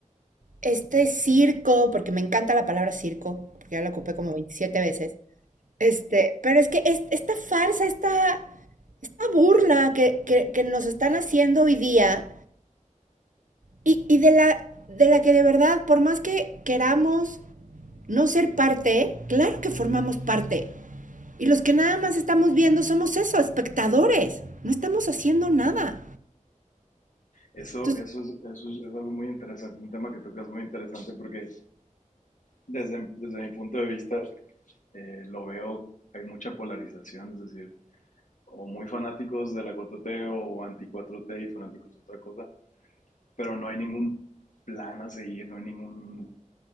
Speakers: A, on the right; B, on the left.
A: este circo, porque me encanta la palabra circo, porque ya la ocupé como 27 veces. Este, pero es que es- esta farsa, esta, esta burla que, que- que nos están haciendo hoy día y, y de la, de la que de verdad, por más que queramos no ser parte, claro que formamos parte. Y los que nada más estamos viendo somos eso, espectadores. No estamos haciendo nada.
B: Eso,
A: Entonces,
B: eso, es, eso es, es algo muy interesante, un tema que tocas muy interesante porque desde, desde mi punto de vista eh, lo veo, hay mucha polarización, es decir, o muy fanáticos de la cuatro t o anti cuatro t y fanáticos de otra cosa, pero no hay ningún plan a seguir, no hay ningún,